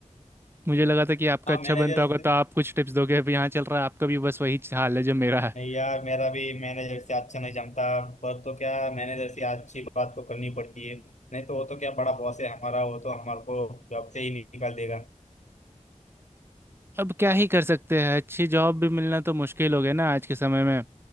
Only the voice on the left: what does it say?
हाँ
मैनेजर
नहीं यार मेरा भी मैनेजर से अच्छा नहीं जमता पर तो क्या मैनेजर से अच्छी बात तो करनी पड़ती है नहीं तो वो तो क्या बड़ा बॉस है हमारा वो तो हमारे को जॉब से ही निकाल देगा